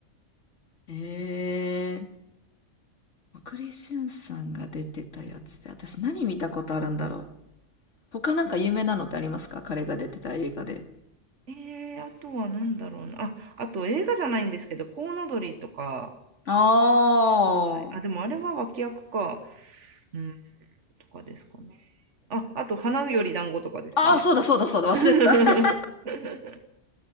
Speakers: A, on the left (about 75°); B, on the right (about 70°).
A: ええー、小しゅんさんが出てたやつで、私何見たことあるんだろう。他なんか有名なのってありますか彼が出てた映画で。
B: えー、あとは何だろうな。あ、あと映画じゃないんですけど、コウノドリとか、
A: あ
B: うん、あ、でもあれは脇役か。うんとかですかね。あ、あと、花より団子とかですかね。
A: あああ、そうだそうだそうだ、
B: <laughs>
A: 忘れてた。<laughs>